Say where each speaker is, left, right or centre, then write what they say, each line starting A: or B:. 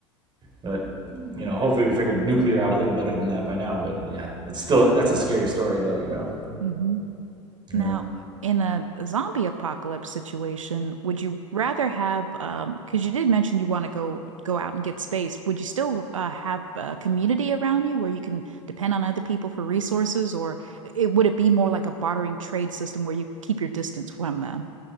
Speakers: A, on the right (about 30°); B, on the right (about 85°).
A: But you know, hopefully we figured nuclear out a little better than that by now. But yeah, it's still that's a scary story though. You know.
B: Mhm. Now,
A: Yeah.
B: in a zombie apocalypse situation, would you rather have, um, because you did mention you want to go go out and get space, would you still uh, have a community around you where you can depend on other people for resources, or it, would it be more like a bartering trade system where you keep your distance from them?